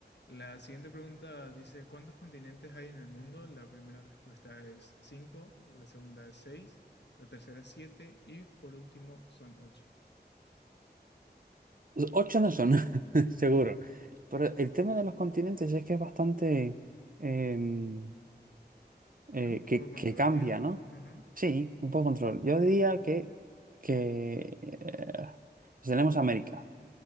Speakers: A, on the left; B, on the right.
A: La siguiente pregunta dice, ¿cuántos continentes hay en el mundo? La primera respuesta es cinco la segunda es seis la tercera es 7 y por último son ocho
B: Ocho no son, <laughs> seguro. Pero el tema de los continentes es que es bastante em, eh,
A: Es un poco
B: que,
A: controvertido.
B: que cambia, ¿no?
A: Ujú,
B: Sí, un poco de control. Yo diría que, que eh, tenemos América.